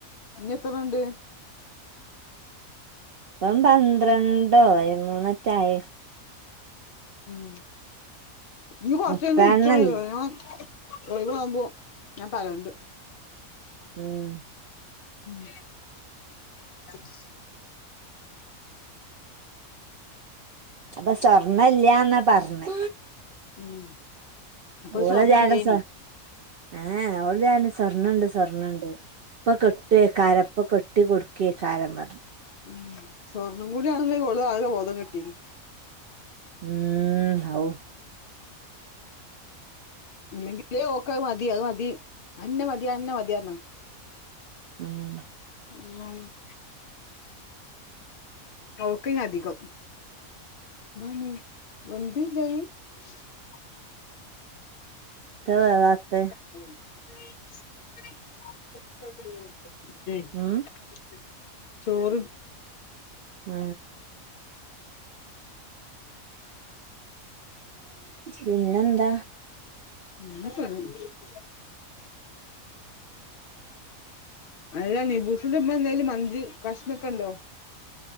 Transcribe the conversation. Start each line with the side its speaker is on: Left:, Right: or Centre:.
Left: ഇനി എത്രണ്ണം ഉണ്ട്?
Right: ഇപ്പം പന്ത്രണ്ടോ പതിമൂന്നൊറ്റേ ആയേ.
Left: ഉം ഇജ്ജ് കുറച്ച്
Right: മുപ്പെണ്ണല്ലേ
Left: കഴിഞ്ഞിട്ട് വിളിച്ചോണ്ട് ഞാ ഒഴിവാകുമ്പോ ഞാൻ പറയണ്ട്.
Right: ഉം
Left: <unintelligible>
Right: അപ്പോ സ്വർണ്ണല്ലാന്നാ പറഞ്ഞെ.
Left: ഉം അപ്പോ
Right: ഓള്
Left: സ്വർണ്ണല്ലേനി
Right: ലേലം സ്വ ഏഹ് അവളോട് ഞാ പറഞ്ഞ് സ്വർണ്ണണ്ട് സ്വർണ്ണണ്ട് ഇഇപ്പോ കിട്ടുവേക്കാരം ഇപ്പോ കിട്ട ട്ടി കൊടുക്കേക്കാരം പറഞ്ഞ്.
Left: ഉം സ്വർണം കൂടി ആകുമ്പോ ഓള് ആകെ ബോധം കെട്ടിനി.
Right: ഉം ഔ
Left: ഇല്ലെങ്കിലേ ഓക്കത് മതി അത് മതി അയന്നെ മതി അയന്നെ മതി പറഞ്ഞാ.
Right: ഉം
Left: <unintelligible> <unintelligible> അധികം <unintelligible> വെന്തില്ലേ <unintelligible>
Right: <unintelligible> വേവാത്തേ?
Left: <unintelligible>
Right: ഉം
Left: ചോറ്.
Right: ഉം പിന്നെന്താ?
Left: <unintelligible> അല്ല നിബൂസിന്റെ ഉമ്മ എന്തേലും മഞ്ച് കഷ്ണമൊക്കെ ഉണ്ടോ?